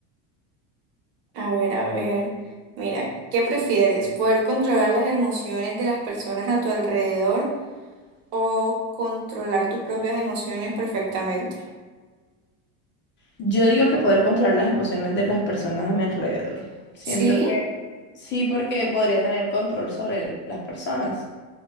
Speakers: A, on the right; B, on the left.
A: A ver, a ver. Mira, ¿qué prefieres? ¿Poder controlar las emociones de las personas a tu alrededor o controlar tus propias emociones perfectamente?
B: Yo digo que poder controlar las emociones de las personas a mi alrededor. Siento
A: Sí,
B: que Sí, porque podría tener control sobre las personas.